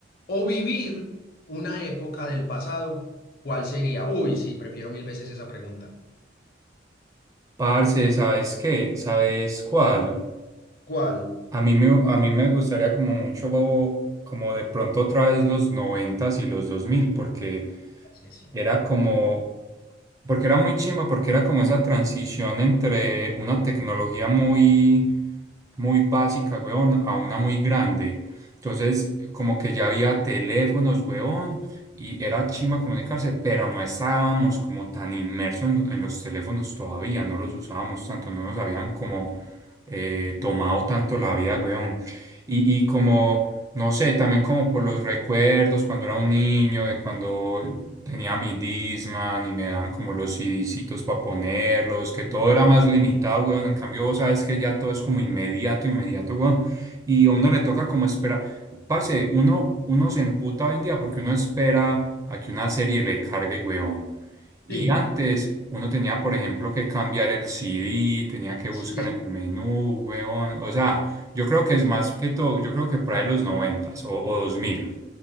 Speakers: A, on the left; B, on the right.
A: o vivir una época del pasado, ¿cuál sería? Uy, sí, prefiero mil veces esa pregunta.
B: Parce, ¿sabes qué? ¿Sabes cuál?
A: ¿Cuál?
B: A mí me, a mí me gustaría como mucho, como de pronto otra vez los noventas y los dos mil, porque
A: Sí, sí.
B: era como, porque era muy chimba, porque era como esa transición entre una tecnología muy, muy básica, weón, a una muy grande. Entonces, como que ya había teléfonos, weón, y era chimba comunicarse, pero no estábamos como tan inmersos en, en los teléfonos todavía, no los usábamos tanto, no nos habían como eh, tomado tanto la vida, weón. Y, y como, no sé, también como por los recuerdos cuando era un niño, de cuando tenía mi Discman y me daban como los CDcitos para ponerlos, que todo era más limitado, weón. En cambio, vos sabes que ya todo es como inmediato, inmediato, weón. Y a uno le toca como esperar. Parce, uno, uno se emputa hoy en día porque uno espera a que una serie le cargue, weón. Y
A: Sí,
B: antes uno tenía, por ejemplo, que cambiar el CD, tenía que buscar
A: sí.
B: en el menú, weón. O sea, yo creo que es más que todo, yo creo que por ahí los noventas o, o dos mil